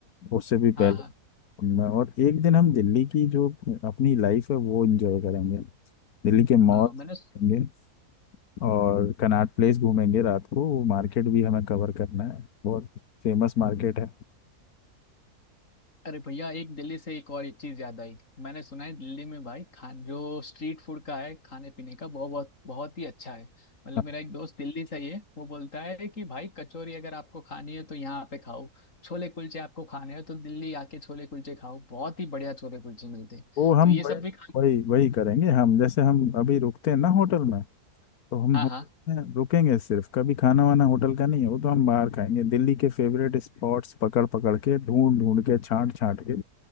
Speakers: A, on the left; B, on the left.
A: उससे भी पहले
B: हाँ हाँ
A: उनमें और एक दिन हम दिल्ली की जो अपनी लाइफ है वो एंजॉय करेंगे दिल्ली के मॉल
B: हाँ मैंने
A: घूमेंगे और कनॉट प्लेस घूमेंगे रात को वो मार्केट भी हमें कवर करना है बहुत फेमस मार्केट है
B: अरे भैया एक दिल्ली से एक और एक चीज याद आई मैंने सुना है दिल्ली में भाई खान जो स्ट्रीट फूड का है खाने पीने का बहुत बहुत बहुत ही अच्छा है मतलब
A: हाँ,
B: मेरा एक दोस्त दिल्ली से ही है वो बोलता है कि भाई कचौरी अगर आपको खानी है तो यहाँ पे खाओ छोले कुलचे आपको खाने हैं तो दिल्ली आके छोले कुलचे खाओ बहुत ही बढ़िया छोले कुलचे मिलते हैं
A: वो हम
B: तो ये सब
A: वही
B: भी खा-
A: वही वही करेंगे हम जैसे हम अभी रुकते हैं ना होटल में तो हम
B: हाँ
A: होटल
B: हाँ
A: में रुकेंगे सिर्फ कभी खाना वाना होटल का नहीं है वो तो हम बाहर खाएंगे दिल्ली के फेवरेट स्पॉट्स पकड़ पकड़ के ढूंढ ढूंढ के छांट छांट के